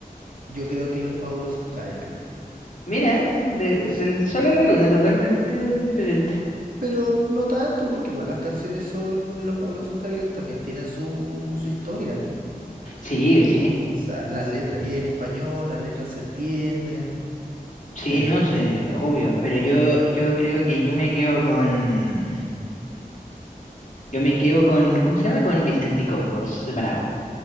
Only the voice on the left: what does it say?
Mira, de-
del sol a la luna, totalmente diferente.
Sí, sí,
sí,
no sé, obvio. Pero yo, yo creo que yo me quedo con, yo me quedo con, ¿cómo se llama? Con Vicentico, por separado.